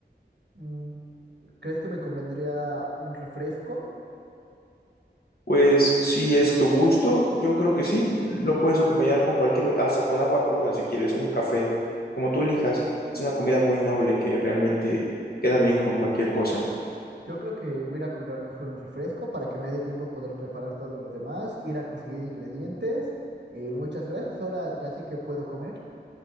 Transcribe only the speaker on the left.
Pues si es tu gusto, yo creo que sí. Lo puedes acompañar con cualquier, hasta con agua pura si quieres, un café, como tú elijas. Es una comida muy noble que realmente queda bien con cualquier cosa.